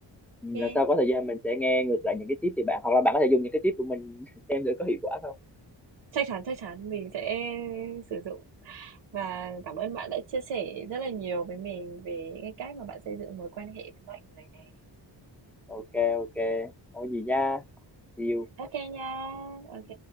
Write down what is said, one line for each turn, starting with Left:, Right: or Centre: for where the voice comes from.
Centre: Ừ,
Right: nha.
Centre: lần sau có thời gian mình sẽ nghe ngược lại những cái tiếp từ bạn hoặc là bạn có thể dùng những cái tiếp của mình <laughs> xem thử có hiệu quả không
Right: Chắc chắn chắc chắn mình sẽ sử dụng Và cảm ơn bạn đã chia sẻ rất là nhiều với mình về những cái cách mà bạn xây dựng mối quan hệ với mọi người nè.
Centre: ok ok không có gì nha see you
Right: ok nha, ok